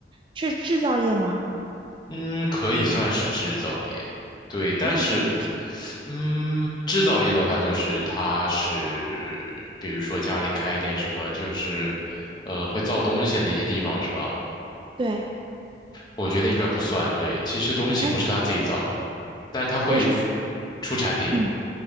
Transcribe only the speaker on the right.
是制造业吗？
可以算是制
对，
它，
所以是服，
嗯，